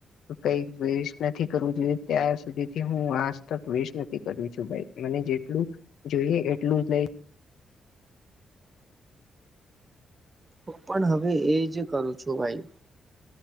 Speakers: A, on the left (about 80°); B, on the right (about 30°).
A: કઈ વેસ્ટ નથી કરવું જોઈએ ત્યાં સુધી થી હું આજતક વેસ્ટ નથી કરું છું ભાઈ મને જેટલું જોઈએ એટલું જ લઈ.
B: હું પણ હવે એજ કરું છું ભાઈ.